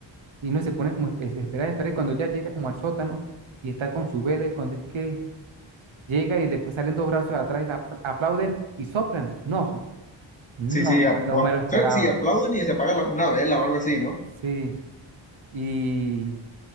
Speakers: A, on the right; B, on the left.
A: Y uno se pone como espe- a esperar, a esperar, y cuando ya llega como al sótano y está con su vela y cuando es que llega y le pues, salen dos brazos de atrás y la apl- aplauden y soplan. No, no,
B: Sí, sí,
A: no
B: ap- o-
A: me lo esperaba.
B: creo que sí, aplauden y se apaga la- una vela o algo así, ¿no?
A: Sí, y,